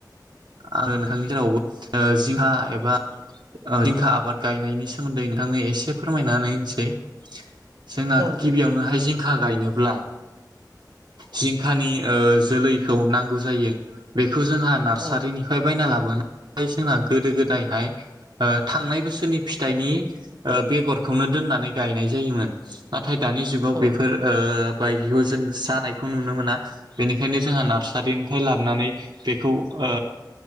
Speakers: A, on the right; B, on the right.
A: आङो नोंथांनि जावबो जिंखा एबा जिंखा आबाद गायनायनि सा सोमोन्दै नोंथांनो एसे फोरमायनानै <unintelligible> जोंना
B: औ नंगौ
A: गिबियावनोहाय
B: नोंथां
A: जिंखा गायनो ब्ला जिंखानि ओ जोलैखौ नांगौ जायो बेफ बेखौ जोंहा नार्सारिनिफ्राय
B: औ
A: बायना लाब मानो जोंना गोदो गोदायहाय ओ थांनाय बोसोरनि फि थाइनि ओ बेगरखौनो दोननानै गायनाय जायोमोन। नाथाय दानि जुगाव
B: औ
A: बेफोर ओ बायदिखौ जों जानायखौ नुनो मोना बेनिखायनो जोंहा नार्सारिनिफ्राय लानानै बे खौ ओ